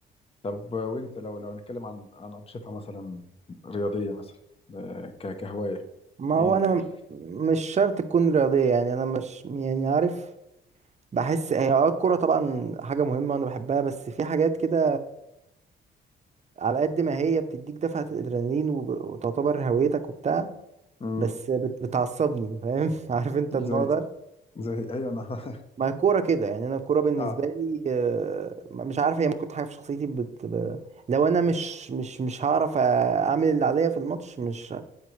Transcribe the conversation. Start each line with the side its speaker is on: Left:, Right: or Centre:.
Left: طب وانت لو لو هنتكلم عن عن انشطه مثلا رياضيه مثلا آه، ك- كهوايه
Right: ما
Left: ايه
Right: هو
Left: ال...
Right: انا م- مش شرط تكون رياضية يعني انا مش يعني عارف بحس هي اه الكورة طبعا حاجة مهمة وانا بحبها بس في حاجات كده على قد ما هي بتديك دفعة الادرينالين وب- وتعتبر هويتك وبتاع
Left: مم.
Right: بس بت- بتعصبني فاهم <laughs> عارف انت النوع
Left: زي
Right: ده
Left: زي ايوه انا <laughs>
Right: ما هي الكوره كده يعني انا الكوره بالنسبه
Left: اه
Right: لي آه، ما- مش عارف هي ممكن حاجه في شخصيتي بت... ب- لو انا مش مش مش هعرف اعمل اللي عليا في الماتش مش